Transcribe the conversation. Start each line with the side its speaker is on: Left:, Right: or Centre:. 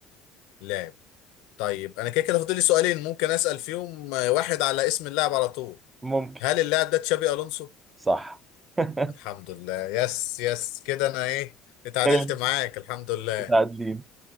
Left: لا طيب انا كده كده فاضل لي سؤالين ممكن اسال فيهم آه، واحد على اسم اللاعب على طول
Right: ممكن
Left: هل اللاعب ده تشابي الونسو
Right: صح <laughs>
Left: الحمد لله يس يس كده انا ايه اتعادلت
Right: كده
Left: معاك الحمد لله
Right: متعادلين